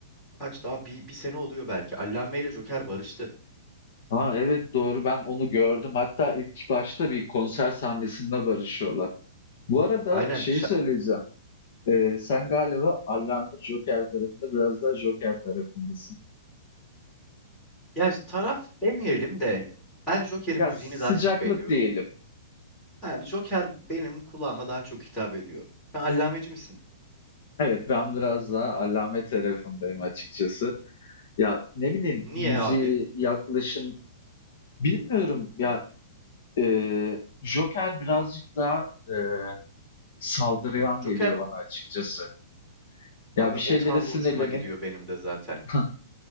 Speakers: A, in the centre; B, on the left.
A: Kaç daha bir, bir sene oluyor belki. Allame ile Joker barıştı.
B: Ha evet doğru ben onu gördüm. Hatta ilk başta bir konser sahnesinde barışıyorlar. Bu arada
A: Aynen.
B: şeyi
A: şa-
B: söyleyeceğim. Ee, sen galiba Allame Joker tarafında biraz daha Joker tarafındasın.
A: yani taraf demeyelim de ben Joker'in
B: Ya
A: müziğini
B: sıcaklık
A: daha çok beğeniyorum.
B: diyelim.
A: Abi Joker benim kulağıma daha çok hitap ediyor. Sen allameci misin?
B: Evet ben biraz daha Allame tarafındayım açıkçası. Ya ne bileyim
A: Niye
B: müziği,
A: abi?
B: yaklaşım bilmiyorum ya e, Joker birazcık daha e, saldırgan
A: Joker
B: geliyor bana açıkçası. Ya
A: abi
B: bir şeylere
A: o tavrı
B: sinirlenip
A: hoşuma gidiyor benim de zaten.
B: <laughs>